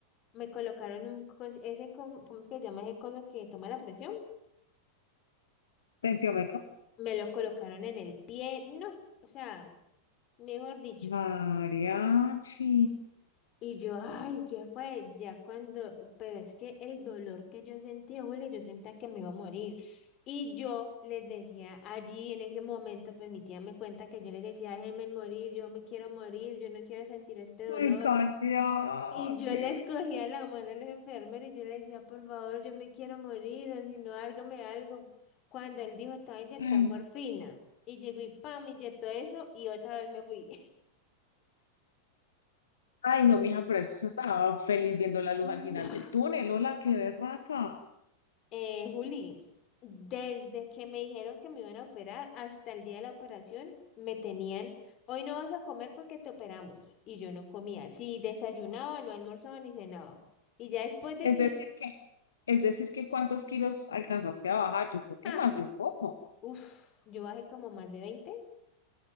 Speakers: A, on the left; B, on the left.
A: Me colocaron un, cos- ese, com- ¿cómo es que se llama ese coso que toma la presión?
B: Tensiómetro.
A: Me lo colocaron en el pie, no, o sea, mejor dicho.
B: Mariachi.
A: Y yo, ay, ¿qué fue? Ya cuando, pero es que el dolor que yo sentía, Julio, yo sentía que me iba a morir. Y yo les decía allí en ese momento, pues mi tía me cuenta que yo les decía, déjenme morir, yo me quiero morir, yo no quiero sentir este dolor.
B: Ay, cállate.
A: Y yo les cogía la mano a los enfermeros y yo le decía, por favor, yo me quiero morir, o si no, hágame algo. Cuando él dijo, estaba a inyectar
B: Ay,
A: morfina. Y llegó y pam, me inyectó eso y otra vez me fui. <laughs>
B: ay, no, mija, pero es que usted estaba feliz viendo la luz
A: No.
B: al final del túnel. Hola, qué berraca.
A: Eh, Juli, desde que me dijeron que me iban a operar hasta el día de la operación, me tenían, hoy no vas a comer porque te operamos. Y yo no comía. Si desayunaba, no almorzaba ni cenaba. Y ya después de
B: Es
A: que,
B: decir que, es decir que cuántos kilos alcanzaste a bajar. Yo creo que
A: <laughs>
B: más de un poco.
A: uff yo bajé como más de veinte